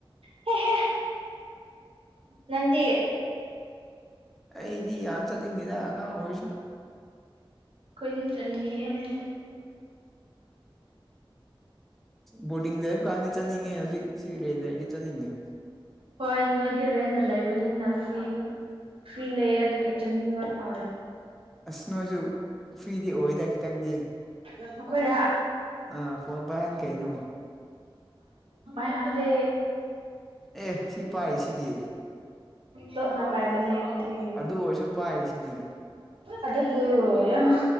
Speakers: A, on the right (about 85°); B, in the centre.
A: ꯍꯦ ꯍꯦ ꯅꯪꯗꯤ
B: ꯑꯩꯗꯤ ꯌꯥꯝ ꯆꯠꯅꯤꯡꯗꯦꯗ ꯑꯉꯥꯡ ꯑꯣꯏꯔꯁꯨ
A: ꯈꯣꯏꯗꯤ ꯆꯠꯅꯤꯡꯉ‌ꯦ
B: ꯕꯣꯔꯗꯤꯡ ꯂꯩꯕ ꯀꯥꯟꯗꯗꯤ ꯆꯠꯅꯤꯡꯉꯦ ꯁꯤ ꯂꯩꯗꯤ ꯆꯠꯅꯤꯡꯗꯦ
A: ꯍꯣꯏ ꯅꯣꯏꯗꯤ ꯔꯦꯟꯗ ꯂꯩꯕꯅꯤꯅ ꯐ꯭ꯔꯤ ꯐ꯭ꯔꯤ ꯂꯩꯌ‌ꯦ ꯑꯗꯨꯒꯤ ꯆꯪꯅꯤꯡꯕ ꯐꯥꯎꯋꯦ
B: ꯑꯁ ꯅꯣꯢꯁꯨ ꯐꯔꯤꯗꯤ ꯑꯣꯏꯗ ꯈꯤꯇꯪꯗꯤ
A: ꯑꯩꯈꯣꯏꯔ
B: ꯑꯥ ꯐꯣꯟ ꯄꯥꯏꯍꯟ ꯀꯩꯅꯣ
A: ꯄꯥꯏꯍꯥꯟꯗꯦ
B: ꯑꯦ ꯁꯤ ꯄꯥꯏꯔꯤꯁꯤꯗꯤ
A: ꯂꯣꯠꯅ ꯄꯥꯏꯕꯅꯦ ꯑꯩꯈꯣꯏꯗꯤ
B: ꯑꯗꯨ ꯑꯣꯏꯔꯁꯨ ꯄꯥꯏꯔꯤꯁꯤꯗꯤ
A: ꯑꯗꯨꯕꯨ ꯌꯥꯝ